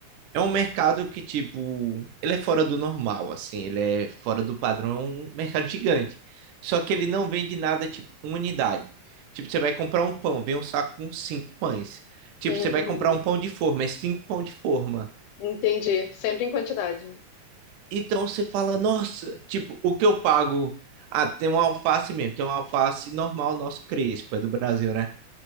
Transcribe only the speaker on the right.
É um
mercado que, tipo, ele é fora do normal, assim, ele é fora do padrão, é um mercado gigante. Só que ele não vende nada, tipo, uma unidade. Tipo, você vai comprar um pão, vem um saco com cinco pães. Tipo,
você vai comprar um pão de forma, é cinco pão de forma.
Então você fala, nossa, tipo, o que eu pago? Ah, tem uma alface mesmo, tem uma alface normal, nosso crespo, é do Brasil, né?